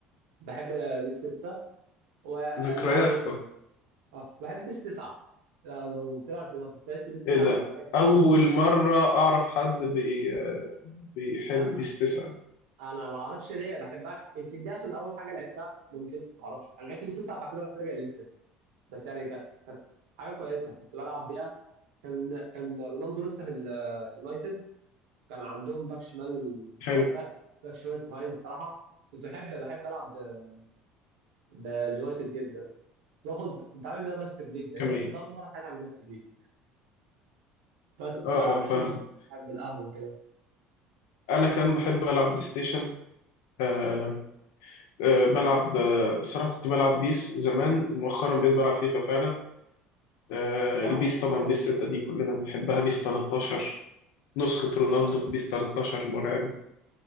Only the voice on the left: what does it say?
ذكريات
إيه ده
أول مرة أعرف حد بي آه، بيحب
بيس 9
حلو
جميل
آه آه فاهم
أنا كان بحب ألعب بلاي ستيشن آه، آه، بلعب آه، الصراحة كنت بلعب بيس زمان مؤخرا بقيت بلعب فيفا فعلا آه،
البيس طبعا
بيس
6 دي كلنا بنحبها بيس 13 نسخة رونالدو
في بيس 13 مرعبة